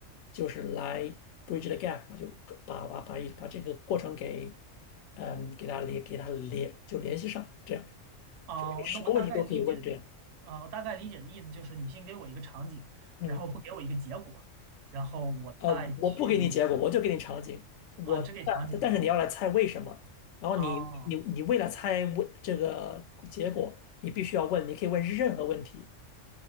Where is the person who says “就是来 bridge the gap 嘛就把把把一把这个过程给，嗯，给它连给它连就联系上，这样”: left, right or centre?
Left